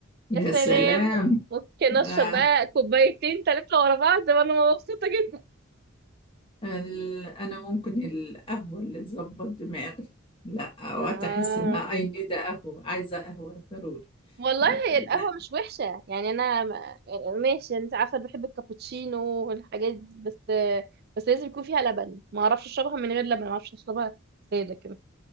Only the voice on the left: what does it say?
يا
سلام
آه،
ال- انا ممكن القهوه اللي تظبط دماغي لا وقت
احس انها اي نيد قهوه عايزه قهوه ضروري
لا
لا